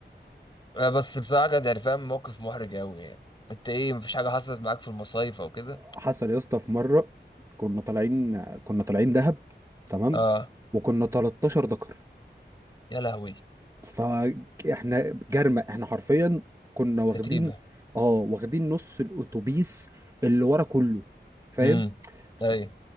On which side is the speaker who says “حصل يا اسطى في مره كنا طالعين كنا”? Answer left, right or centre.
Right